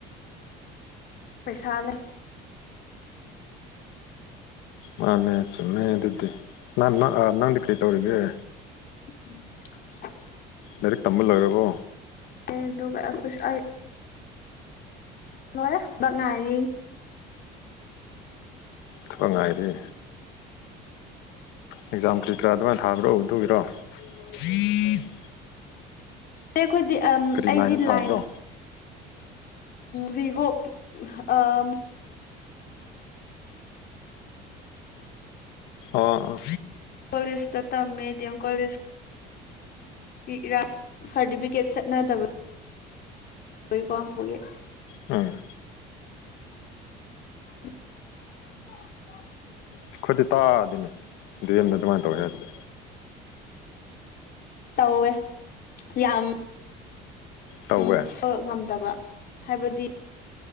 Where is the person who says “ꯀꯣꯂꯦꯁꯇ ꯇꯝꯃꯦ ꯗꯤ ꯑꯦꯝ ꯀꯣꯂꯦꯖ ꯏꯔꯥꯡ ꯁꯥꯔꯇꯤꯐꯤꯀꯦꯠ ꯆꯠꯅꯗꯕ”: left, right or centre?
Left